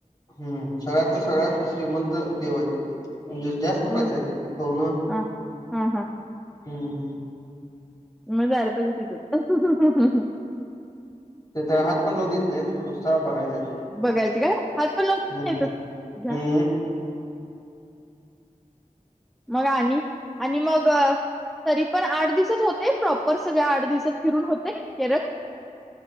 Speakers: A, on the left; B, in the centre.
A: हम्म सगळ्यात सगळ्यात श्रीमंत देव आहेत. म्हणजे जास्त
B: हो
A: पैसा सोन
B: हा हा हा
A: हम्म
B: मग जायला पाहिजे तिथंच.
A: तिथं हात पण लावू देत नाही ना च बघायचं
B: बघायचे काय हात पण लावतच
A: ह्
B: नाहीतच. घ्या.
A: हम्
B: मग आणि आणि मग तरी पण आठ दिवसात होते प्रॉपर सगळ्या आठ दिवसात फिरून होते केरळ?